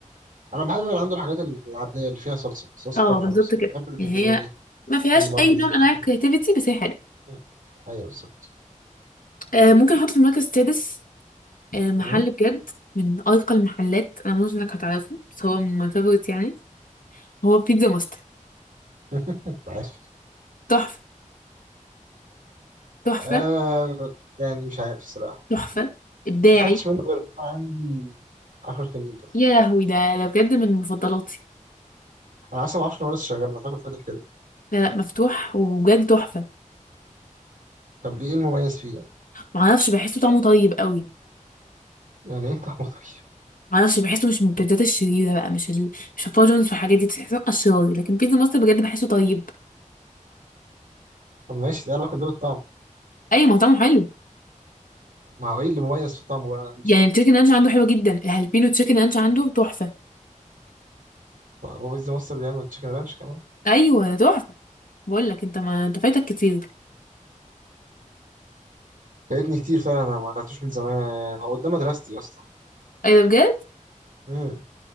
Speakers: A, on the right; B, on the left.
A: أنا بحب اللي عنده الحاجات العادية اللي فيها صلصة الصلصة
B: اه
A: بتاعته
B: بالظبط
A: حلوة بس
B: كده
A: بحب البيبروني
B: يعني هي ما فيهاش
A: المارجريتا
B: اي نوع من انواع الكرياتيفيتي
A: كده
B: بس هي حلوه
A: مم. أيوه بالظبط
B: آه ممكن احط في المركز السادس آه محل
A: مم.
B: بجد من ارقى المحلات انا مش انك هتعرفه بس هو من ماي فيفورت يعني هو بيتزا ماستر
A: <laughs> أنت عارف
B: تحفه تحفه
A: آه يعني مش عارف الصراحة
B: تحفه ابداعي
A: ما أكلتش منه غير وأنا عندي 10 سنين
B: يا لهوي ده ده بجد من مفضلاتي
A: انا اصلا ما اعرفش ان هو لسه شغال انا فاكره فاتح كده
B: لا لا مفتوح وبجد تحفه
A: طب ليه ايه المميز فيه يعني
B: معرفش بحسه طعمه طيب قوي
A: يعني ايه طعمه <laughs> طيب
B: معرفش بحسه مش من البيتزات الشريره بقى مش ال... مش الفاجونز والحاجات دي تحسه اشرار لكن بيتزا ماستر بجد بحسه طيب
A: طب ماشي دي علاقه دور الطعم
B: اي مطعمه حلو
A: ما هو ايه اللي مميز في طعمه بقى أنا بسأل.
B: يعني التشيكن رانش عنده حلو جدا الهالبينو تشيكن رانش عنده تحفة
A: هو بيز مصر بيعمل تشيكن رانش كمان
B: ايوه ده تحفة بقول لك انت ما انت فايتك كتير
A: فايتني كتير فعلا انا ما اكلتوش من زمان هو قدام مدرستي اصلا
B: ايه ده بجد
A: امم